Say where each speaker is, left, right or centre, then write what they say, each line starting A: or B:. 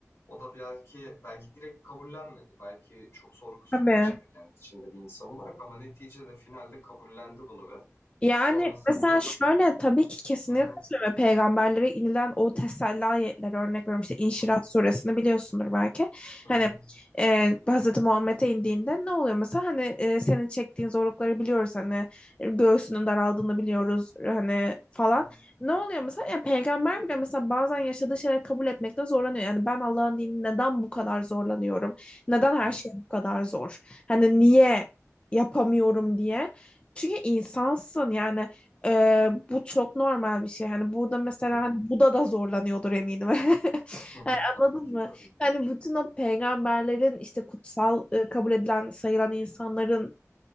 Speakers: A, on the left; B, on the left.
A: O da belki belki direkt kabullenmedi. Belki çok sorgusunu
B: Tabii.
A: yaşadı kendi içinde bir insan olarak ama neticede finalde kabullendi bunu ve
B: Yani
A: sonrasında
B: mesela şöyle tabii ki kesinlikle
A: hı hı
B: katılıyorum. ve Peygamberlere inilen o teselli ayetleri örnek veriyorum. İşte İnşirah
A: hı
B: suresini biliyorsundur belki.
A: hı
B: Hani
A: hı
B: e, Hazreti Muhammed'e indiğinde ne oluyor mesela? Hani e, senin çektiğin zorlukları biliyoruz. Hani göğsünün daraldığını biliyoruz. Hani falan.
A: hı hı
B: Ne oluyor mesela? Ya peygamber bile mesela bazen yaşadığı şeyleri kabul etmekte zorlanıyor. Yani ben Allah'ın dinini neden bu kadar zorlanıyorum? Neden her
A: hı
B: şey bu kadar zor? Hani niye yapamıyorum diye. Çünkü insansın yani e, bu çok normal bir şey. Hani burada mesela
A: hı hı
B: hani Buda da zorlanıyordur eminim. <laughs>
A: hı hı.
B: Yani
A: tabii
B: anladın
A: ki
B: mı?
A: tabii ki.
B: Hani bütün o peygamberlerin işte kutsal e, kabul edilen sayılan insanların